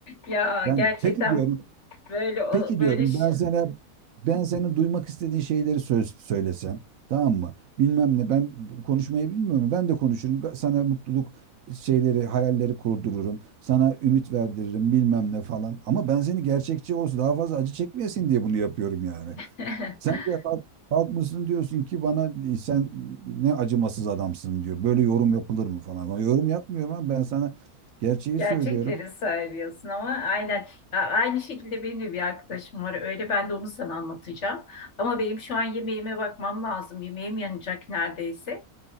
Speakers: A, on the left; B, on the right.
A: Ya
B: Yani
A: gerçekten
B: peki diyorum
A: böyle o-
B: Peki
A: böyle
B: diyorum
A: ş-
B: ben sana ben senin duymak istediğin şeyleri söz, söylesem tamam mı? Bilmem ne ben konuşmayı bilmiyorum. Ben de konuşurum. Ga- Sana mutluluk şeyleri, hayalleri kurdururum. Sana ümit verdiririm bilmem ne falan. Ama ben seni gerçekçi olsun daha fazla acı çekmeyesin diye bunu yapıyorum yani.
A: <laughs>
B: Sen de kalk, kalkmışsın diyorsun ki bana e, sen ne acımasız adamsın diyor. Böyle yorum yapılır mı falan. Ben yorum yapmıyorum ama ben sana gerçeği
A: gerçekleri
B: söylüyorum.
A: söylüyorsun ama aynen Ya aynı şekilde benim de bir arkadaşım var öyle ben de onu sana anlatacağım ama benim şu an yemeğime bakmam lazım yemeğim yanacak neredeyse